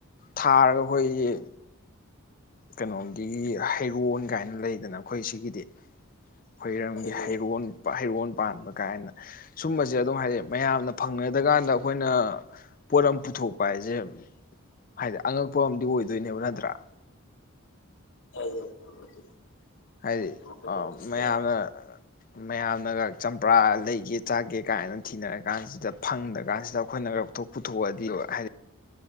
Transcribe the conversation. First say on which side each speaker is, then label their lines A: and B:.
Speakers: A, on the left (about 40°); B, on the left (about 60°).
A: ꯊꯥꯔꯒ ꯑꯩꯈꯣꯏꯒꯤ ꯀꯩꯅꯣꯒꯤ ꯔꯣꯟ ꯀꯥꯏꯅ ꯂꯩꯗꯅ ꯑꯩꯈꯣꯏ ꯁꯤꯒꯤꯗꯤ ꯑꯩꯈꯣꯏꯔꯝꯒꯤ
B: ꯑꯩ ꯂꯩ
A: ꯍꯩꯔꯣꯟ ꯍꯩꯔꯣꯟ ꯄꯥꯟꯕ ꯀꯥꯏꯅ ꯁꯨꯝꯕꯁꯦ ꯑꯗꯨꯝ ꯍꯥꯏꯗꯤ ꯃꯌꯥꯝꯅ ꯐꯪꯅꯗꯀꯥꯟꯗ ꯑꯩꯈꯣꯏꯅ ꯄꯣꯠ ꯑꯃ ꯄꯨꯊꯣꯛꯄ ꯍꯥꯏꯁꯦ ꯍꯥꯏꯗꯤ ꯑꯉꯛꯄ ꯑꯝ ꯑꯣꯏꯗꯣꯏꯅꯦꯕ ꯅꯠꯇ꯭ꯔꯥ
B: <inaudible> <unintelligible>
A: ꯍꯥꯏꯗꯤ
B: ꯃꯔꯨꯞꯀꯤ ꯋꯥꯈꯜꯂꯣꯟꯗꯨꯁꯨ
A: ꯑ ꯃꯌꯥꯝꯅ
B: ꯌꯥꯏ
A: ꯃꯌꯥꯝꯅꯒ ꯆꯝꯄ꯭ꯔꯥ ꯂꯩꯒꯦ ꯆꯥꯒꯦ ꯀꯥꯏꯅ ꯊꯤꯅꯔ ꯀꯥꯟꯁꯤꯗ ꯐꯪꯗꯀꯥꯟꯁꯤꯗ ꯑꯩꯈꯣꯏꯅꯒ ꯂꯧꯊꯣꯛ ꯄꯨꯊꯣꯛꯑꯗꯤ ꯍꯥꯏꯗꯤ